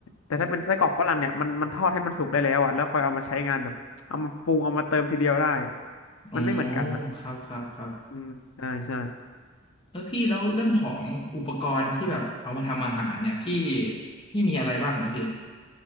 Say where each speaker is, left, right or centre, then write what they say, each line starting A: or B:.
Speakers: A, on the left; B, on the left.
A: แต่ถ้าเป็นไส้กรอกฝรั่งเนี่ยมันมันทอดให้มันสุกได้แล้วอ่ะแล้วค่อยเอามาใช้งานแบบเอามาปรุงเอามาเติมทีเดียวได้
B: อ๋อ
A: มันไม่เหมือนกันอ่ะ
B: ครับครับครับ
A: อืมใช่ใช่
B: เออพี่แล้วเรื่องของอุปกรณ์ที่แบบเอามาทำอาหารเนี่ยพี่พี่มีอะไรบ้างนะพี่